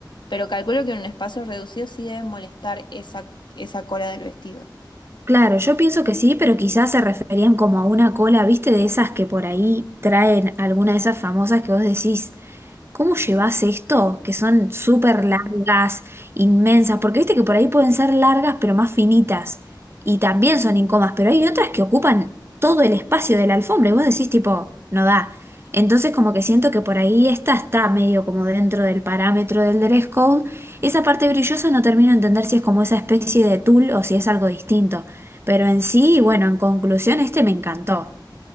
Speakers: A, on the left; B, on the right.
A: Pero calculo que en un espacio reducido sí debe molestar esa, esa cola del vestido.
B: Claro, yo pienso que sí, pero quizás se referían como a una cola, viste, de esas que por ahí traen alguna de esas famosas que vos decís. ¿Cómo llevas esto? Que son súper largas, inmensas, porque viste que por ahí pueden ser largas pero más finitas y también son incómodas, pero hay otras que ocupan todo el espacio de la alfombra y vos decís tipo, no da. Entonces como que siento que por ahí esta está medio como dentro del parámetro del dress code. Esa parte brillosa no termino de entender si es como esa especie de tul o si es algo distinto. Pero en sí, bueno, en conclusión, este me encantó.